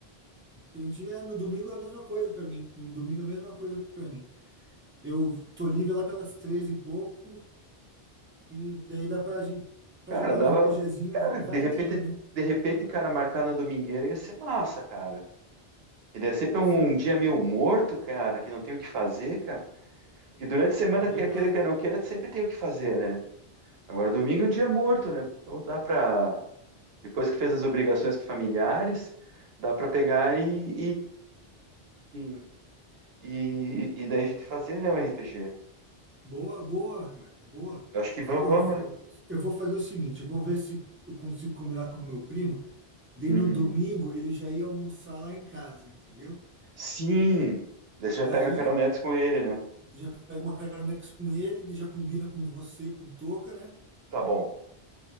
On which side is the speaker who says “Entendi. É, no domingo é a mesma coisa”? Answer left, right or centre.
Right